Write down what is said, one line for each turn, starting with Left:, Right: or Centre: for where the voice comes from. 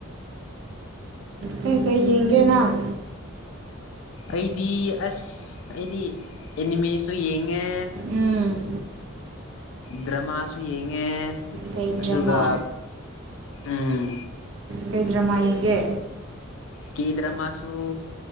Right: ꯀꯩ ꯀꯧ ꯌꯦꯡꯒꯦ ꯅꯪ
Left: ꯑꯩꯗꯤ ꯑꯁ ꯑꯩꯗꯤ ꯑꯦꯅꯤꯃꯦꯁꯨ ꯌꯦꯡꯉꯦ
Right: ꯎꯝ
Left: ꯗ꯭ꯔꯃꯥꯁꯨ ꯌꯦꯡꯉꯦ
Right: ꯀꯩ
Left: ꯑꯗꯨꯒ
Right: ꯗ꯭ꯔꯃꯥ
Left: ꯎꯝ
Right: ꯀꯩꯗ꯭ꯔꯃꯥ ꯌꯦꯡꯒꯦ
Left: ꯀꯦ ꯗ꯭ꯔꯃꯥꯁꯨ